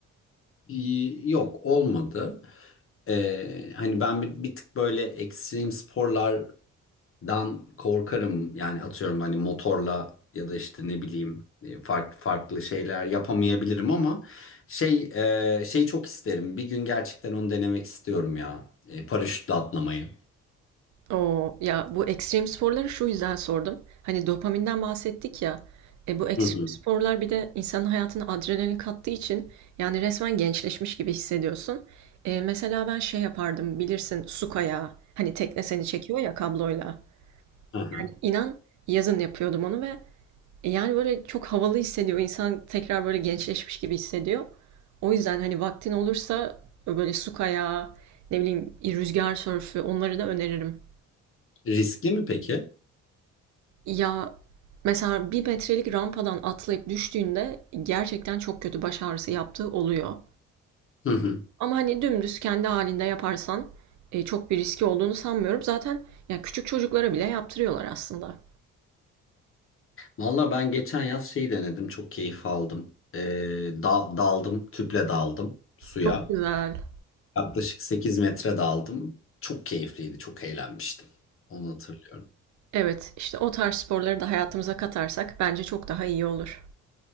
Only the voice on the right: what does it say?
Oo, ya bu ekstrem sporları şu yüzden sordum. Hani dopaminden bahsettik ya. E bu ekstrem
sporlar bir de insanın hayatına adrenalin kattığı için yani resmen gençleşmiş gibi hissediyorsun. E, mesela ben şey yapardım bilirsin su kayağı. Hani tekne seni çekiyor ya kabloyla.
Yani inan yazın yapıyordum onu ve e, yani böyle çok havalı hissediyor. İnsan tekrar böyle gençleşmiş gibi hissediyor. O yüzden hani vaktin olursa böyle su kayağı, ne bileyim rüzgar sörfü onları da öneririm.
Ya mesela bir metrelik rampadan atlayıp düştüğünde gerçekten çok kötü baş ağrısı yaptığı oluyor.
Ama hani dümdüz kendi halinde yaparsan e, çok bir riski olduğunu sanmıyorum. Zaten ya küçük çocuklara bile yaptırıyorlar aslında.
Çok güzel.
Evet, işte o tarz sporları da hayatımıza katarsak bence çok daha iyi olur.